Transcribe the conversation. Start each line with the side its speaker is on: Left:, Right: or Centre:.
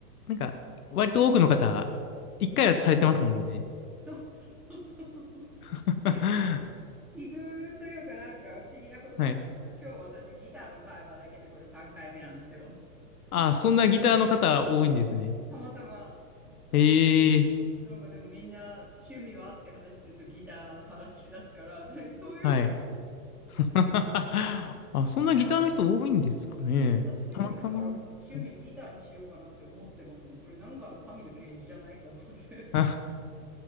Left: なんか、割と多くの方、一回はされてますもんね。
Centre: そう、そうそうそうそうそうそういや、
Left: <laughs>
Centre: 奇遇というかなんか不思議なことなんですけど、
Left: はい。
Centre: 今日私ギターの会話だけでこれ3回目なんですよ。
Left: ああ、そんなギターの方多いんですね。
Centre: たまたま、たまたま、
Left: ええ
Centre: なんかでもみんな趣味はって話するとギターの話し出すから、<laughs> 何そういう日
Left: はい。<laughs> あ、そんなギターの人多いんですかね。
Centre: でも、でも私今日から趣味ギターにしようかなって思ってますもん。
Left: たまたま。はい
Centre: これなんかの神の啓示じゃないと思って。
Left: <laughs>